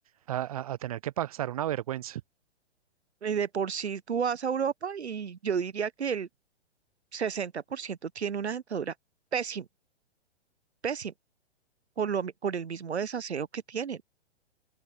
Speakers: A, on the right; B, on the right.
A: a, a a tener que pasar una vergüenza.
B: Y de por sí tú vas a Europa y yo diría que el 60% tiene una dentadura pésima, pésima, por lo, mi- por el mismo desaseo que tienen.